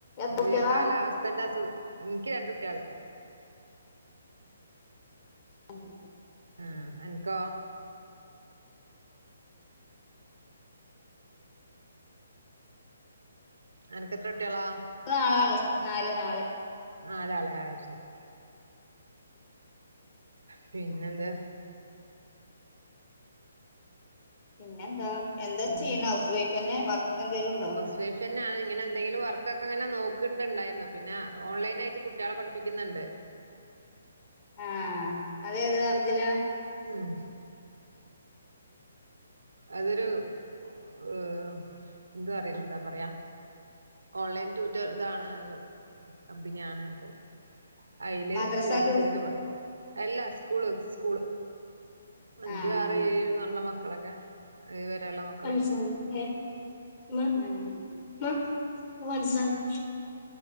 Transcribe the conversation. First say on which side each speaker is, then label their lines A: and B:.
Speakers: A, on the left; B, on the right.
A: എത്ര കുട്ടികളാ
B: ഈ കാലാവസ്ഥന്റെ അസു എനിക്ക് രണ്ടുട്ടിയള്
A: ആ ഓക്കേ
B: ആ അൻക്കോ അനക്ക് എത്രക്കുട്ടിക്കളാ
A: നാലാള് നാല് നാല്
B: നാലാള് അത് ശരി പിന്നെന്താ
A: പിന്നെ എന്താ എന്താ
B: അങ്ങനെ
A: ചെയ്യണ ഹൗസ് വൈഫ്ന്നെ വർക്ക് എന്തേലും ഉണ്ടോ
B: സേഷ ഞാൻ ഇങ്ങനെ എന്തെങ്കിലും വർക്ക ഒക്കെ ഇങ്ങനെ നോക്കിണ്ടായിന്നു പിന്ന ഓൺലൈനായിട്ട് കുട്ടികളെ പഠിപ്പിക്കുന്നുണ്ട്
A: ആഹ് അതേത് ഇതിലാ
B: ഉം അതൊരു ഏഹ് എന്താ പറ എന്താ പറയാ ഓൺലൈൻ ട്വൂറ്റൊർ ഇതാണ് കമ്പനിയാണ് അപ്പൊ അയില്
A: മദ്രസ
B: ചേർന്നിട്ട്
A: ട്യൂഷൻ
B: ഇങ്ങനെ അല്ലാ സ്കൂള് സ്കൂള് അഞ്ചു
A: ആഹ്
B: ആറ് ഏഴ്ന്നുള്ള മക്കളൊക്കെ ഏഴു വരെയുള്ള മ
A: <inaudible>